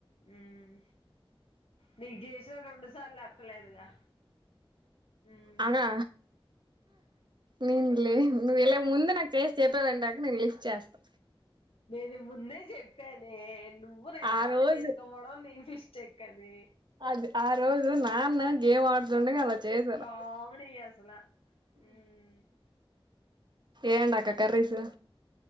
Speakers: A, on the left (about 80°); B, on the right (about 50°).
A: ఉమ్ నీగ్జేసిన రెండు సార్లు ఎత్తలేదుగా మ్మ్
B: అవునా నేన్ లే నువ్ ఇలా నువ్వు ముందు నాకు చేసి చెప్పేవంటే అక్క నేను లిఫ్ట్ చేస్తా
A: నేను ముందే చెప్పానే నువ్వు నెట్
B: ఆ
A: ఆన్
B: రోజు
A: చేసుకోపోడం నీ మిష్ చెక్కది
B: అది ఆ రోజు నాన్న గేమ్ ఆడుతుండగా అలా చేసరా
A: కామెడీ అసల మ్మ్
B: ఏంటక్క కర్రీసు